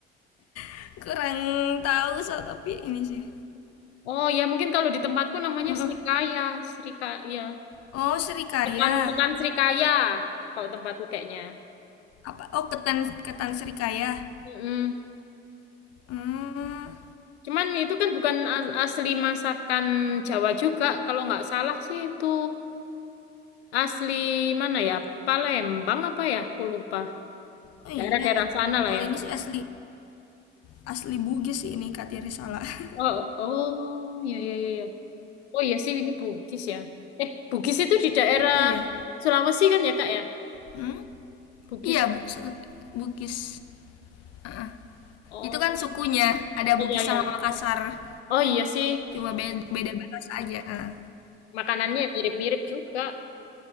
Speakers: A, on the left; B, on the left.
A: <laughs> kurang tahu so tapi ini sih.
B: Oh ya, mungkin kalau di tempatku namanya
A: Mm-mm.
B: Srikaya. Srikaya.
A: Oh, serikaya.
B: Tekan, tekan Srikaya. Kalau tempatku kayaknya.
A: Apa? Oh, ketan ketan serikaya.
B: Mm-mm.
A: Hmm.
B: Cuman itu kan bukan as- asli masakan Jawa juga. Kalau nggak salah sih itu asli mana ya? Palembang apa ya? Aku lupa.
A: Oh iya.
B: Daerah-daerah sana lah
A: Kalau
B: ya.
A: ini sih asli asli Bugis sih ini Katiri salah. <laughs>
B: Oh, oh, ya, ya, ya. Oh iya sih ini Bugis ya. Eh, Bugis itu di daerah
A: Iya.
B: Sulawesi kan ya Kak ya?
A: Hmm?
B: Bugis
A: Iya,
B: itu.
A: Bu, se- Bugis. Ah,
B: Oh,
A: Itu kan sukunya. Ada
B: oh
A: Bugis
B: iya
A: sama
B: ya.
A: Makassar.
B: Oh iya sih.
A: Cuma beda, beda bahasa aja. Ah,
B: Makanannya mirip-mirip juga.